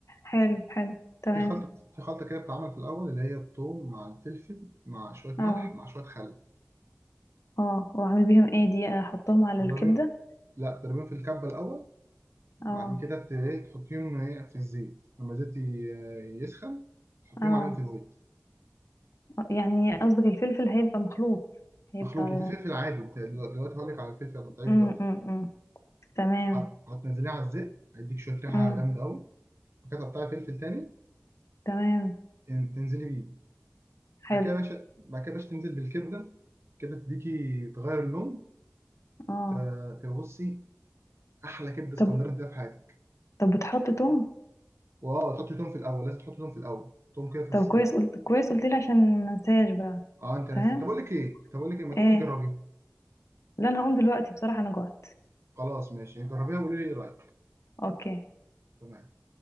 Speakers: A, on the left; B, on the right.
A: حلو حلو تمام
B: في خلطه في خلطه كده بتتعمل في الاول اللي هي الثوم مع الفلفل مع شويه ملح
A: اه
B: مع شويه خل
A: اه واعمل بيهم ايه دي احطهم على
B: تضربيهم
A: الكبدة
B: لا تضربيهم في الكبه الاول بعد
A: اه
B: كده ت- ايه تحطيهم ايه في الزيت لما الزيت ي- يسخن تحطيهم
A: اه
B: عليهم في الزيت
A: يعني قصدك الفلفل هيبقى مخلوط هيبقى
B: مخلوط وفي فلفل عادي انت دلو- دلوقتي هقول لك على الفلفل هتقطعيه
A: امم
B: دلوقتي
A: امم أمم. تمام
B: هت- هتنزليه على الزيت هيديك شويه ريحه
A: امم
B: جامده قوي بعد كده هتقطعي فلفل تاني
A: تمام
B: ان- تنزلي بيه
A: حلو
B: بعد كده يا باشا بعد كده يا باشا تنزل بالكبده كده تديكي تغير اللون
A: اه
B: ت- تبصي احلى كبده
A: طب
B: اسكندراني تديها في حياتك
A: طب بتحط توم
B: واه تحطي توم في الاول لازم تحطي توم في الاول توم كده فص
A: طب كويس
B: توم
A: قلت كويس قلت لي عشان ما انساش بقى
B: اه انت نسيت
A: تمام
B: طب اقول لك ايه طب اقول لك ايه ما تقومي
A: ايه
B: تجربيها
A: لا انا هقوم دلوقتي بصراحة انا جوعت
B: خلاص ماشي جربيها وقولي لي ايه رايك
A: اوكي
B: تمام